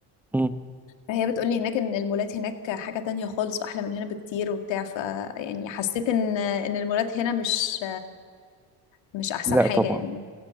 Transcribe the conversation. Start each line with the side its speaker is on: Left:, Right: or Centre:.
Centre: مم.
Left: فهي بتقولي هناك ان المولات هناك حاجه تانية خالص واحلى من هنا بكتير وبتاع ف يعني حسيت ان ان المولات هنا مش مش احسن
Centre: لا
Left: حاجه
Centre: طبعا
Left: يعني